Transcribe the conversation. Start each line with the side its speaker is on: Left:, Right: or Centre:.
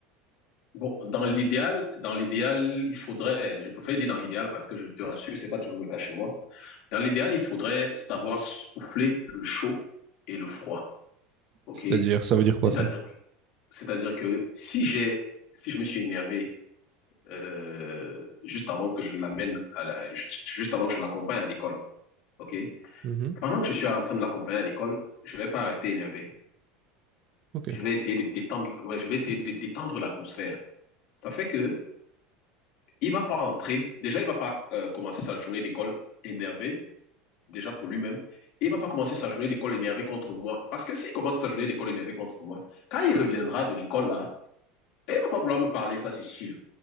Left: Bon, dans l'idéal, dans l'idéal, il faudrait, je préfère dire dans l'idéal parce que je te rassure, c'est pas toujours le cas chez moi. Dans l'idéal, il faudrait savoir souffler le chaud et le froid. OK?
Right: C'est-à-dire, ça veut dire quoi
Left: C'est-à-dire
Right: ça?
Left: que, c'est-à-dire que si j'ai, si je me suis énervé, euh, juste avant que je l'amène à la, juste avant que je l'accompagne à l'école. OK?
Right: Mhm.
Left: Pendant que je suis en train de l'accompagner à l'école, je vais pas rester énervé.
Right: Ok.
Left: Je vais essayer de détendre, ouais, je vais essayer de détendre l'atmosphère. Ça fait que, Il ne va pas entrer. Déjà, il ne va pas euh, commencer sa journée d'école énervé, déjà pour lui-même. Et il ne va pas commencer sa journée d'école énervé contre moi. Parce que s'il commence sa journée d'école énervé contre moi, quand il reviendra de l'école là, il ne va pas vouloir me parler, ça c'est sûr.